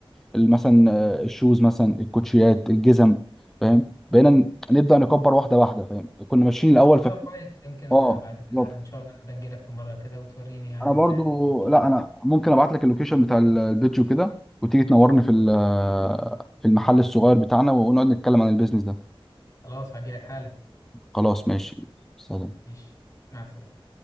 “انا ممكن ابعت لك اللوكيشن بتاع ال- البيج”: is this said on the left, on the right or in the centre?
Centre